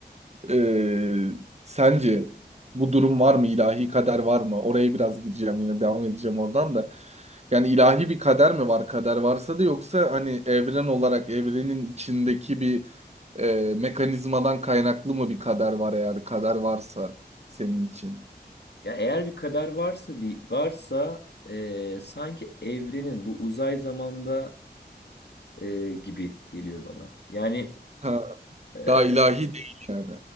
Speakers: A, on the right; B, on the left.
A: Ee, sence bu durum var mı? İlahi kader var mı? Oraya biraz gideceğim yine devam edeceğim oradan da. Yani ilahi bir kader mi var? Kader varsa da yoksa hani evren olarak evrenin içindeki bir e, mekanizmadan kaynaklı mı bir kader var eğer kader varsa senin için?
B: Ya eğer bir kader varsa bir varsa e, sanki evrenin bu uzay zamanda e, gibi geliyor bana. Yani
A: Ha,
B: e,
A: daha ilahi değil yani.